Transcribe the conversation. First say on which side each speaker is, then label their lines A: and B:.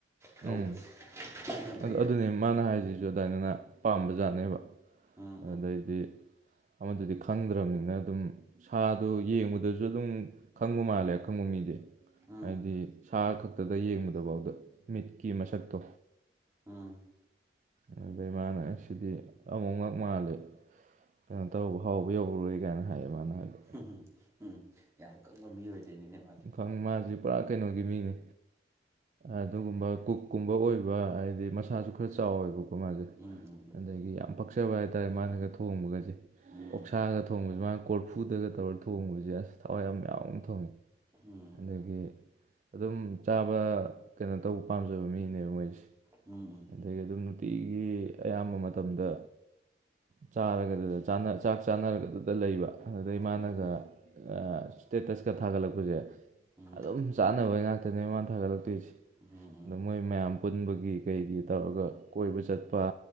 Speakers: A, on the right; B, on the right.
A: ꯇꯧꯕꯁꯦ
B: ꯎꯝ
A: ꯁꯤꯅ ꯐꯩꯌꯦꯕ
B: ꯑꯗꯨ ꯑꯗꯨꯅꯦ ꯃꯥꯅ ꯍꯥꯏꯁꯤꯁꯨ ꯑꯗꯨꯃꯥꯏꯅꯅ ꯄꯥꯝꯕ ꯖꯥꯠꯅꯦꯕ
A: ꯎꯝ ꯎꯝ
B: ꯑꯗꯩꯗꯤ ꯑꯃꯗꯨꯗꯤ ꯈꯪꯗ꯭ꯔꯝꯅꯤꯅ ꯑꯗꯨꯝ ꯁꯥꯗꯨ ꯌꯦꯡꯕꯗꯁꯨ ꯑꯗꯨꯝ ꯈꯪꯕ ꯃꯥꯜꯂꯦ ꯑꯈꯪꯕ ꯃꯤꯗꯤ
A: ꯎꯝ
B: ꯍꯥꯏꯕꯗꯤ ꯁꯥ ꯈꯛꯇꯗ ꯌꯦꯡꯕꯗꯕꯥꯎꯗ ꯃꯤꯠꯀꯤ ꯃꯁꯛꯇꯣ
A: ꯎꯝ
B: ꯑꯗꯨꯗꯩ ꯃꯥꯅ ꯑꯁꯤꯗꯤ ꯑꯃꯣꯝꯉꯥꯛ ꯃꯥꯜꯂꯦ ꯀꯩꯅꯣ ꯇꯧꯕ ꯍꯥꯎꯕ ꯌꯧꯔꯔꯣꯏ ꯀꯥꯏꯅ ꯍꯥꯏꯌꯦ ꯃꯥꯅ ꯍꯥꯏꯕꯗ
A: ꯍꯨꯝꯍꯨꯝ ꯎꯝ ꯌꯥꯝ ꯀꯪꯕ ꯃꯤ ꯑꯣꯏꯗꯣꯏꯅꯤꯅꯦ ꯃꯥꯗꯤ
B: ꯈꯪ ꯃꯥꯁꯤ ꯄꯨꯔꯥ ꯀꯩꯅꯣꯒꯤ ꯃꯤꯅꯤ ꯑꯗꯨꯒꯨꯝꯕ ꯀꯨꯛꯀꯨꯝꯕ ꯑꯣꯏꯕ ꯍꯥꯏꯗꯤ ꯃꯁꯥꯁꯨ ꯈꯔ ꯆꯥꯎꯋꯦꯕꯀꯣ ꯃꯥꯁꯦ
A: ꯎꯝ ꯎꯝ ꯎꯝ
B: ꯑꯗꯥꯒꯤ ꯌꯥꯝ ꯄꯛꯆꯕ ꯍꯥꯏꯇꯥꯔꯦ ꯃꯥꯅꯒ ꯊꯣꯡꯕꯒꯁꯦ
A: ꯎꯝ
B: ꯑꯣꯛꯁꯥꯒ ꯊꯣꯡꯕꯁꯤ ꯃꯥꯅ ꯀꯣꯔꯐꯨꯗꯒ ꯇꯧꯔ ꯊꯣꯡꯕꯁꯦ ꯑꯁ ꯊꯋꯥꯏ ꯌꯥꯝ ꯌꯥꯎꯅ ꯊꯣꯡꯉꯦ
A: ꯎꯝ
B: ꯑꯗꯒꯤ ꯑꯗꯨꯝ ꯆꯥꯕ ꯀꯩꯅꯣ ꯇꯧꯕ ꯄꯥꯝꯖꯕ ꯃꯤꯅꯦꯕ ꯃꯣꯏꯁꯦ
A: ꯎꯝ ꯎꯝ
B: ꯑꯗꯒꯤ ꯑꯗꯨꯝ ꯅꯨꯡꯇꯤꯒꯤ ꯑꯌꯥꯝꯕ ꯃꯇꯝꯗ ꯆꯥꯔꯒꯗꯗ ꯆꯥꯅ ꯆꯥꯛ ꯆꯥꯅꯔꯒꯗꯗ ꯂꯩꯕ ꯑꯗꯨꯗꯩ ꯃꯥꯅꯒ
A: ꯎꯝ
B: ꯑ ꯁ꯭ꯇꯦꯇꯁꯀ ꯊꯥꯒꯠꯂꯛꯄꯁꯦ
A: ꯎꯝ
B: ꯑꯗꯨꯝ ꯆꯥꯅꯕꯩ ꯉꯥꯛꯇꯅꯦ ꯃꯥꯅ ꯊꯥꯒꯠꯂꯛꯇꯣꯏꯁꯦ
A: ꯎꯝ
B: ꯑꯗꯨ ꯃꯣꯏ ꯃꯌꯥꯝ ꯄꯨꯟꯕꯒꯤ ꯀꯩꯒꯤ ꯇꯧꯔꯒ ꯀꯣꯏꯕ ꯆꯠꯄ